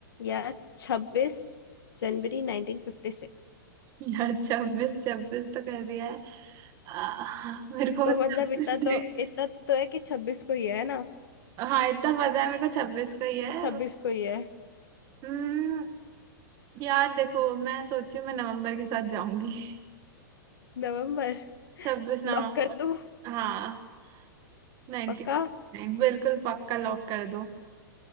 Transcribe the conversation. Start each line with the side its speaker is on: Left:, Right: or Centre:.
Left: या छब्बीस जनवरी 1956
Right: यार छब्बीस छब्बीस तो कर दिया है अ, मेरे को
Left: तो
Right: बस
Left: मतलब
Right: 26
Left: इतना
Right: डेट
Left: तो इतना तो है कि छब्बीस को ही है ना
Right: हाँ इतना पता है मेरे को छब्बीस को ही है
Left: छब्बीस को ही है
Right: हम्म यार देखो मैं सोची हूँ मैं नवंबर के साथ जाऊंगी
Left: नवंबर
Right: <laughs> छब्बीस नवंबर
Left: लॉक कर दूं
Right: हाँ नाइनटी
Left: पक्का
Right: नाइन बिल्कुल पक्का लॉक कर दो